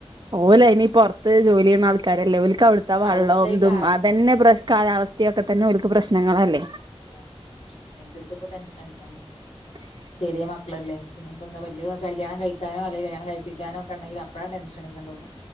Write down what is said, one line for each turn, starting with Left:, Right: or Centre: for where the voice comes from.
Right: ഓൽ അയ്നി പൊറത്ത് ജോലി ചെയ്യുന്ന ആൾക്കാരല്ലേ ഓൽക്ക് അവിടുത്തെ ത്തെ വള്ളവും
Left: അവിടുത്തെ ഈ
Right: അതും
Left: കാ
Right: അതന്നെ പ്രശ് കാലാവസ്ഥയൊക്കെ തന്നെ ഓൽക്ക് പ്രശ്നങ്ങളല്ലേ.
Left: ഇല്ല എന്റത്ത് ഇപ്പൊ ടെൻഷൻ അടിക്കാം
Right: <inaudible>
Left: ചെറിയ മക്കളല്ലേ പിന്നെപ്പെന്താ വല്യ കല്യാണം കഴിക്കാനോ അല്ലെങ്കി കല്യാണം കഴിപ്പിക്കാനൊ ഒക്കെ ഇണ്ടെങ്കിൽ അപ്പളാ ടെൻഷൻ അടിക്കണ്ട ഉള്ളു.